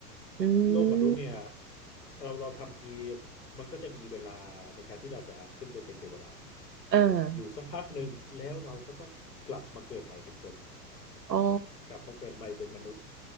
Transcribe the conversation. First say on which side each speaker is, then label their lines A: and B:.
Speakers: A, on the right; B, on the left.
A: อื
B: โลกมนุษย์เนี่ย
A: ม
B: เราเราทำดีมันก็จะมีเวลาในการที่เราจะขึ้นไปเป็นเทวดา
A: อ่า
B: อยู่สักพักหนึ่งแล้วเราก็ต้องกลับมาเกิดใหม่เป็นคน
A: อ๋อ
B: กลับมาเกิดใหม่เป็นมนุษย์